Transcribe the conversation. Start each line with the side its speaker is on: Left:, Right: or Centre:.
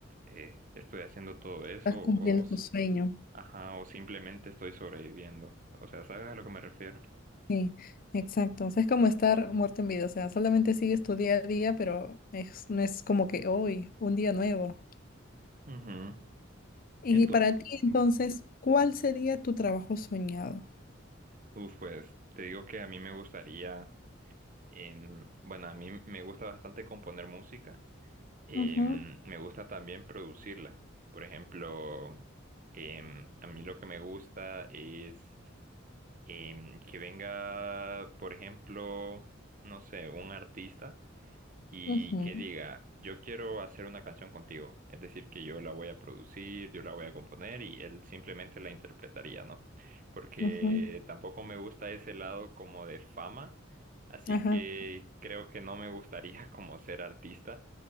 Right: eh, estoy haciendo todo eso
Left: estás
Right: o,
Left: cumpliendo
Right: s-
Left: tu sueño.
Right: ajá, o simplemente estoy sobreviviendo. O sea, ¿sabes a lo que me refiero?
Left: Sí, exacto. O sea, es como estar muerto en vida. O sea, solamente sigues tu día a día, pero es- no es como que hoy, un día nuevo.
Right: Ujú.
Left: Y
Right: Entonces,
Left: para ti, entonces,
Right: sí.
Left: ¿cuál sería tu trabajo soñado?
Right: uf, pues te digo que a mí me gustaría, en, bueno, a mí me gusta bastante componer música. em,
Left: Ujú,
Right: me gusta también producirla. Por ejemplo, em, a mí lo que me gusta es em, que venga, por ejemplo, no sé, un artista y
Left: ujú,
Right: que diga, yo quiero hacer una canción contigo. Es decir, que yo la voy a producir, yo la voy a componer y él simplemente la interpretaría, ¿no? Porque
Left: ujú.
Right: tampoco me gusta ese lado como de fama, así
Left: Ajá,
Right: que creo que no me gustaría <laughs> como ser artista